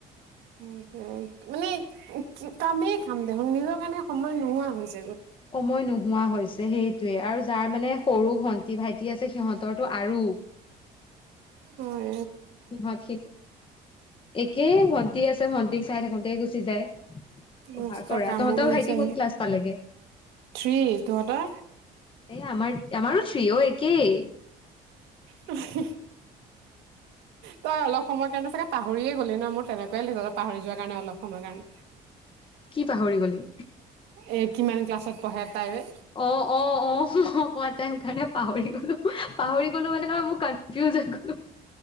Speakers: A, on the right (about 85°); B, on the left (about 30°).
A: সেইটোৱে। মানে কামেই কাম দেখোন। নিজৰ কাৰণে সময় নোহোৱা হৈছে
B: সময় নোহোৱা হৈছে, সেইটোৱে। আৰু যাৰ মানে সৰু ভ ন্তি- ভাইটি আছে, সিহঁতৰটো আৰু।
A: উম।
B: সিহঁত- একেই ভণ্টি আ ছে। ভণ্টিক চাই থাকোঁতে গুচি যায়। পঢ়া
A: মস্ত
B: কৰা
A: কামোৰ
B: তহঁতৰ
A: হৈছেহে।
B: ভাইটি কোন ক্লাছ পালেগে
A: থ্ৰি, তহঁতৰ?
B: এ আমাৰ, আমাৰো ফ্ৰী অ। একেই।
A: হঁ-হঁ। তই অলপ সময় কাৰণে চাগে পাহ ঘূৰিয়ে গ'লি ন? মোৰ তেনেকুৱাই লগিছে পাহৰি যোৱাৰ কাৰণে অলপ সময়ৰ কাৰণে।
B: কি পাহৰি গলি?
A: এ কিমান ক্লাছত পঢ়ে? তাই বে?
B: অ'-অ'-অ'। মই কোৱাতে সেই কাৰণে পাহৰি গ'লোঁ। পাহৰি গ'লোঁ মানে নহয়, মোৰ কান ফিউজ হৈ গ'লোঁ।